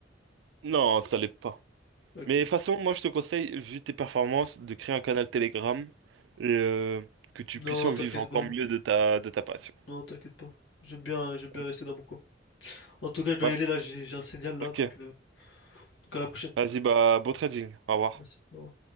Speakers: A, on the right; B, on the left.
A: Non, ça l'est pas.
B: Ok.
A: Mais de toute façon, moi, je te conseille, vu tes performances, de créer un canal Telegram et euh, que tu
B: Non,
A: puisses en
B: t'inquiète
A: vivre encore
B: pas.
A: mieux de ta, de ta passion.
B: Non, t'inquiète pas. J'aime bien, j'aime
A: Ok,
B: bien rester dans mon coin. En tout cas, je dois
A: Bah,
B: y aller là, j'ai j'ai un signal là,
A: ok.
B: donc, euh, donc à la prochaine.
A: vas-y, bah, beau trading. Au revoir.
B: Merci. Au revoir.